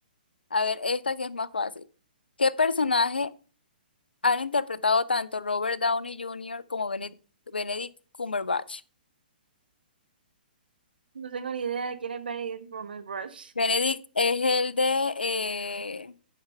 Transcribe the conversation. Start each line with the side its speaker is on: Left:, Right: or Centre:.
Left: A ver, esta que es más fácil. ¿Qué personaje han interpretado tanto Robert Downey Jr. como Bene- Benedict Cumberbatch?
Right: no tengo ni idea de quién es Benedict Cumberbatch.
Left: Benedict es el de eh,